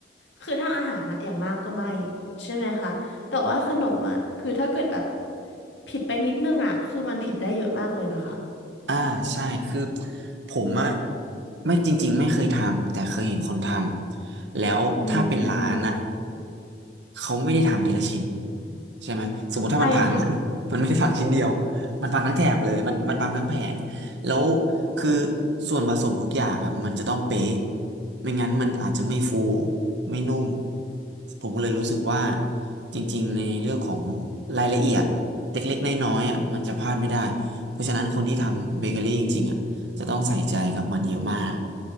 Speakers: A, on the left; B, on the right.
A: คือถ้าอาหารอะอย่างมากก็ไม่ใช่ไหมคะแต่ว่าขนมอะคือถ้าเกิดแบบผิดไปนิดนึงอะคือมันผิดได้เยอะมากเลยนะคะ
B: อ่าใช่คือผมอ่ะไม่จริงๆไม่เคยทำแต่เคยเห็นคนทำแล้วถ้าเป็นร้านอ่ะ
A: อืมอืม
B: เขาไม่ได้ทำทีละชิ้นใช่ไหมสมมติถ้ามันพัง
A: ใช่ค่ะ
B: <laughs> มันไม่ได้พังชิ้นเดียวมันพังทั้งแถบเลยมันมันพังทั้งแผง แล้วคือส่วนผสมทุกอย่างอ่ะมันจะต้องเป๊ะไม่งั้นมันอาจจะไม่ฟูไม่นุ่มผมก็เลยรู้สึกว่าจริงๆในเรื่องของรายละเอียดเล็กๆน้อยๆอ่ะมันจะพลาดไม่ได้เพราะฉะนั้นคนที่ทำเบเกอรี่จริงๆอ่ะจะต้องใส่ใจกับมันเยอะมาก